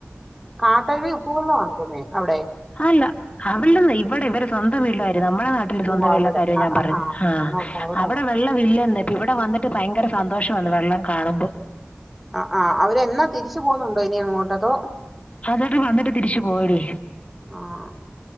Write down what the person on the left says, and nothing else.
ആല്ല അവിടെനെയ്‌വടെ ഇവരെ സ്വന്തം വീട്ടിലെ കാര്യം നമ്മടെനാ സ്വന്തം
വീട്ടിലെ
കാര്യഞാൻപറഞ്
ആ
അവിടെവെള്ള
വില്ലന്ന് ഇപ്പ ഇവടെവന്നിട്ട്ഭയങ്കര സന്തോഷാണ് വെള്ളംകാണുമ്പോ
അതട്ട് വന്നിട്ട്തിരിച്ച്പോയടി